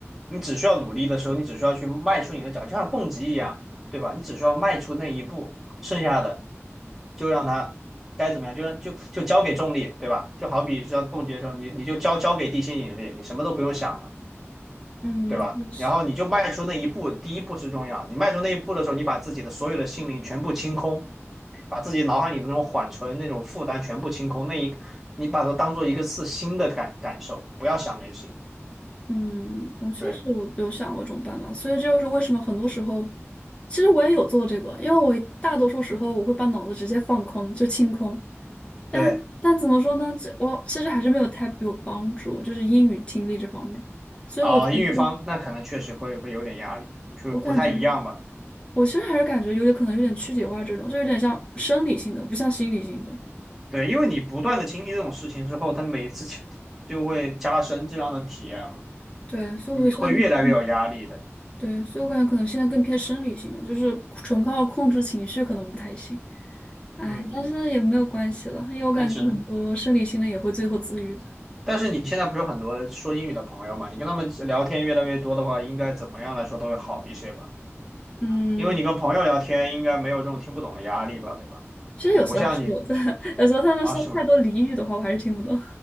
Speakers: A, in the centre; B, on the left (about 20°).
A: 你只需要努力的时候，你只需要去迈出你的脚，就像蹦极一样，对吧？你只需要迈出那一步，剩下的就让它该怎么样，就让就就交给重力，对吧？就好比像蹦极的时候，你你就交交给地心引力，你什么都不用想了。
B: 嗯，
A: 对吧？
B: 就是。
A: 然后你就迈出那一步，第一步是重要。你迈出那一步的时候，你把自己的所有的心灵全部清空，把自己脑海里的那种缓存、那种负担全部清空。那一，你把它当做一个是新的感感受，不要想那些。
B: 嗯，我确实有有想过这种办法，
A: 对
B: 所以这就是为什么很多时候，其实我也有做这个，因为我大多数时候我会把脑子直接放空，就清空。但是，
A: 对
B: 但怎么说呢？这我其实还是没有太有帮助，就是英语听力这方面。所以我觉得
A: 啊，英语方那可能确实会会有点压力，就不太一样吧。
B: 我感觉我其实还是感觉有点可能有点躯体化这种，就有点像生理性的，不像心理性的。
A: 对，因为你不断的经历这种事情之后，它每一次就就会加深这样的体验了，
B: 对，所以我就得现在可能
A: 你会越来越有压力的。
B: 对，所以我感觉可能现在更偏生理性了，就是纯靠控制情绪可能不太行。哎，
A: 嗯，
B: 但是也没有关系了，因为我感觉很多生理性的也会最后自愈的。
A: 那只能但是你现在不是有很多说英语的朋友嘛？你跟他们聊天越来越多的话，应该怎么样来说都会好一些吧？
B: 嗯，
A: 因为你跟朋友聊天，应该没有这种听不懂的压力吧，对吧？
B: 其实有时候还是有的，
A: 也不像你
B: <laughs> 有时候他们说太多俚语的话，
A: 啊，是吗？
B: 我还是听不懂。